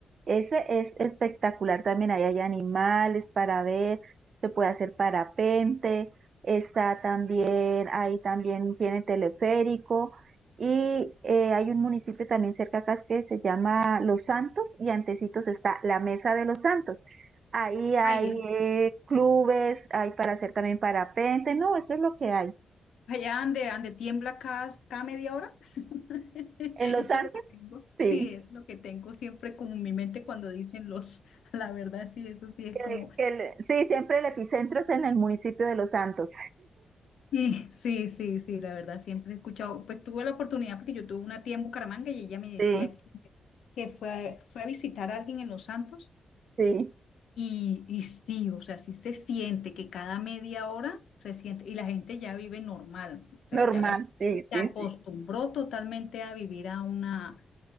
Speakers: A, on the right; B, on the left.
A: ese es espectacular también. Ahí hay animales para ver, se puede hacer parapente, está también, ahí también tiene teleférico y eh, hay un municipio también cerca acá que se llama Los Santos y antecitos está la Mesa de los Santos. Ahí hay
B: Ay, es
A: eh, clubes, hay para hacer también parapente, no, eso es lo que hay.
B: Allá ande, ande tiembla cada, cada media hora. <laughs>
A: En Los
B: Eso
A: Santos,
B: es lo que tengo.
A: sí.
B: Sí, es lo que tengo siempre como en mi mente cuando dicen los, <laughs> la verdad, sí, eso sí es
A: Que-
B: como,
A: que le- sí, siempre el epicentro es en el municipio de Los Santos.
B: sí, sí, sí, sí, la verdad, siempre he escuchado, pues tuve la oportunidad porque yo tuve una tía en Bucaramanga y ella me decía
A: Sí,
B: que, que fue, a- fue a visitar a alguien en Los Santos
A: sí.
B: y, y sí, o sea, sí se siente que cada media hora se siente y la gente ya vive normal, o sea,
A: Normal,
B: ya la gente
A: sí,
B: se
A: sí,
B: acostumbró
A: sí.
B: totalmente a vivir a una